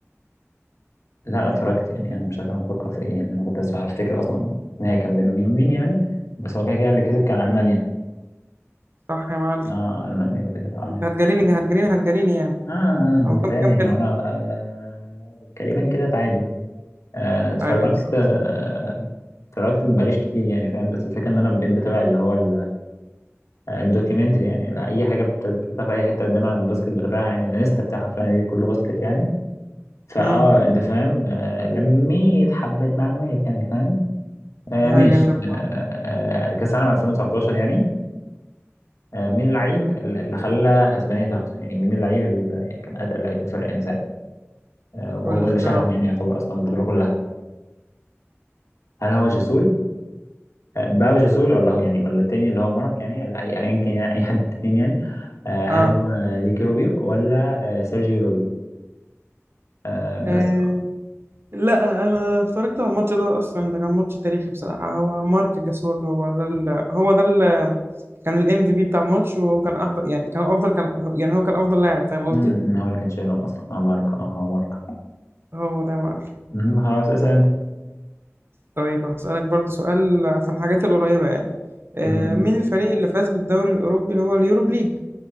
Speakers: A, on the left; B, on the right.
A: لا انا اتفرجت يعني
B: يعني
A: انا مش عارف انا بفكر في ايه يعني انا كنت بس بعرف افتكر اصلا النهائي كان بين مين ومين يعني بس هو كده كده اللي كسب كان المانيا
B: صح يا معلم
A: اه المانيا كده كده اه
B: انت هتجريني هتجريني هتجريني يعني
A: آه, آه
B: هو
A: أنت
B: كم
A: فاهم
B: كم
A: يعني
B: كده
A: وأنا آه تقريبا كده تعادل يعني آه اتفرجت
B: ايوه بالظبط
A: آه اتفرجت مبقاليش كتير يعني فاهم بس الفكرة إن أنا بقيت بتابع اللي هو ال- آه، الدوكيومنتري يعني لا، أي حاجة بت- بتتابع في أي حتة قدام عن الباسكت بتابعها يعني الانستا بتاعي حرفيا يعني كله باسكت يعني فأه
B: امم
A: أنت فاهم آه لميت حبة معلومات يعني فاهم آه
B: ده
A: ماشي
B: حاجه جميله بصراحه
A: آه آه كأس العالم 2019 يعني آه مين اللعيب اللي خلى أسبانيا تاخده يعني مين اللعيب اللي يعني كان أتقل لعيب في الفرق يعني وهو
B: قول لي
A: اللي
B: اختيارات
A: شالهم يعني يعتبر اصلا البطوله كلها هل هو جسول باو جسول ولا هو يعني ولا التاني اللي هو مارك يعني ال- اي ايا كان يعني اي حد من الاثنين يعني آه، هل
B: آه.
A: هو ريكي روبيو ولا آه، سيرجيو رول آه، بس
B: اه لا انا اتفرجت على الماتش ده اصلا ده كان ماتش تاريخي بصراحه هو مارك جاسول هو ده ال... هو ده ال... كان الام في بي بتاع الماتش وهو كان احضر يعني كان افضل كان يعني هو كان افضل لاعب فاهم قصدي
A: امم هو اللي كان شايلهم اصلا اه مارك اه هو مارك
B: هو ده يا معلم
A: امم خلاص اسال انت
B: طيب هسألك برضو سؤال في الحاجات القريبة يعني آه،
A: امم
B: مين الفريق اللي فاز بالدوري الأوروبي اللي هو اليورو ليج